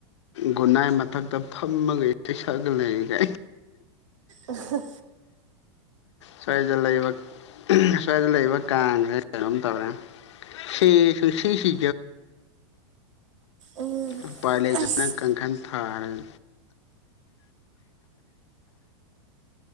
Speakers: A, on the left; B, on the right.
A: ꯒꯨꯅꯥꯏ ꯃꯊꯛꯇ ꯐꯝꯃꯒ ꯏꯁꯩ ꯁꯛꯑꯒ ꯂꯩꯔꯤꯒ
B: ꯑ
A: ꯁ꯭ꯋꯥꯏꯗ ꯂꯩꯕ ꯁ꯭ꯋꯥꯏꯗ ꯂꯩꯕ ꯀꯥꯡꯁꯦ ꯀꯩꯅꯣꯝ ꯇꯧꯔꯦ ꯁꯤꯁꯨ ꯁꯤ ꯁꯤ
B: ꯎꯝ
A: ꯎꯄꯥꯏ ꯂꯩꯇꯅ
B: ꯑꯁ
A: ꯀꯥꯡꯈꯜ ꯊꯥꯈꯔꯦ